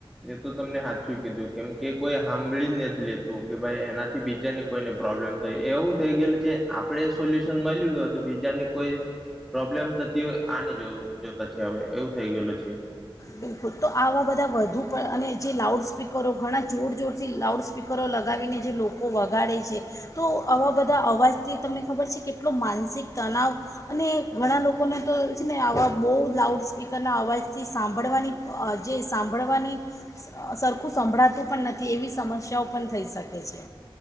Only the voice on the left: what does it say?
બિલકુલ તો આવા બધા વધુ પણ અને જે લાઉડ સ્પીકરો ઘણા જોર જોરથી લાઉડ સ્પીકરો લગાવીને જે લોકો વગાડે છે, તો આવા બધા અવાજથી તમને ખબર છે કેટલો માનસિક તનાવ અને ઘણા લોકોને તો છે ને આવા બહુ લાઉડ સ્પીકરના અવાજથી સાંભળવાની અહ જે સાંભળવાની સ સરખું સંભળાતું પણ નથી એવી સમસ્યાઓ પણ થઈ શકે છે.